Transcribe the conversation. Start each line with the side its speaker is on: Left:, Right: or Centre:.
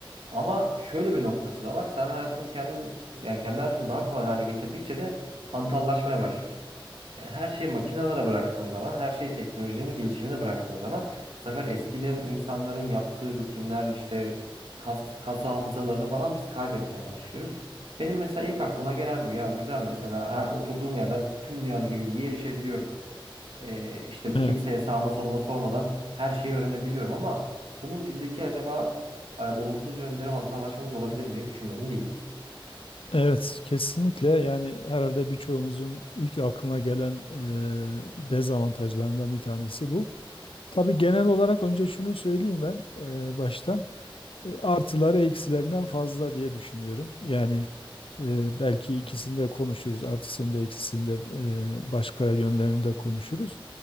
Right: Ama şöyle bir noktası da var. Sen hayatını kendi yani kendi hayatını daha kolay hale getirdikçe de hantallaşmaya başlıyorsun. Yani her şeyi makinelere bıraktığın zaman, her şeyi teknolojinin gelişimine bıraktığın zaman bu sefer eskiden insanların yaptığı rutinler işte kas, kas hafızalarını falan biz kaybetmeye başlıyoruz. Benim mesela ilk aklıma gelen bu ya güzel mesela her oturduğum yerden tüm dünyadaki bilgiye erişebiliyorum e, işte
Left: Evet.
Right: kimseye sağma soluma sormadan her şeyi öğrenebiliyorum ama bunun bizdeki acaba e, olumsuz yönleri hantallaşmamız olabilir mi diye düşünmedim değil.
Left: Evet, kesinlikle yani herhalde birçoğumuzun ilk aklına gelen e, dezavantajlarından bir tanesi bu. Tabii genel olarak önce şunu söyleyeyim ben e, baştan. e, artıları eksilerinden fazla diye düşünüyorum. Yani e, belki ikisini de konuşuruz, artısını da eksisini de e, başka yönlerini de konuşuruz.